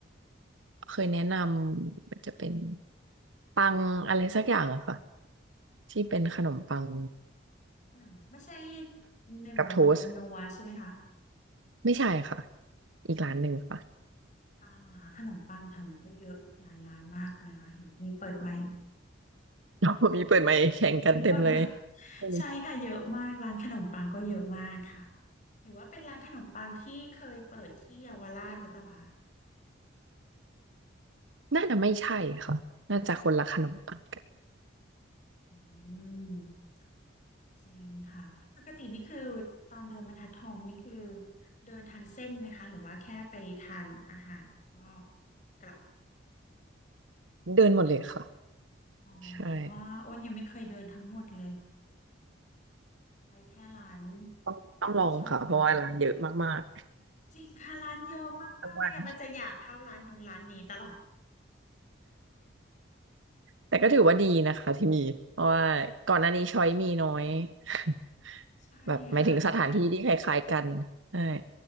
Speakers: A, on the right; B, on the left.
A: เคยแนะนำมันจะเป็นปังอะไรสักอย่างอะค่ะที่เป็นขนมปัง
B: ขนมไม่ใช่หนึ่งนมนัวใช่ไหมคะ
A: กับโทสต์ไม่ใช่ค่ะอีกร้านหนึ่งค่ะ
B: ปังอะคะขนมปังแถวนั้นก็เยอะหลายร้านมากเลยนะคะเห็นมีเปิดใหม่ <laughs>
A: <laughs>
B: อ๋อ
A: มีเปิดไมค์แข่งกันเต็มเลย
B: มีเปิดใหม่
A: เออ
B: ใช่ค่ะเยอะมากร้านขนมปังก็เยอะมากค่ะหรือว่าเป็นร้านขนมปังที่เคยเปิดที่เยาวราชหรือเปล่าคะ
A: น่าจะไม่ใช่ค่ะน่าจะคนละขนมปังกัน
B: อ๋ออืม จริงค่ะปกตินี่คือตอนเดินบรรทัดทองนี่คือเดินทางเส้นไหมคะหรือว่าแค่ไปทานอาหารก็กลับ
A: เดินหมดเลยค่ะ
B: เดินทางอ๋อเพราะว่าอ้นยังไม่เคยเดินทั้งหมดเลย
A: ใช่
B: ไปแค่ร้าน
A: ต้องต้องลองค่ะเพราะว่าร้านเยอะมาก
B: ที่ชอบแล้วก็กลับจริงค่ะร้านเยอะมากมากไม่งั้นมันจะอยากเข้าร้านนู้นร้านนี้ตลอด
A: ๆ <laughs> ทั้งวัน แต่ก็ถือว่าดีนะคะที่มีเพราะว่าก่อนหน้านี้ช้อยมีน้อย <laughs>
B: ใช่ค่ะ
A: แบบหมายถึงสถานที่ที่คล้ายๆกันใช่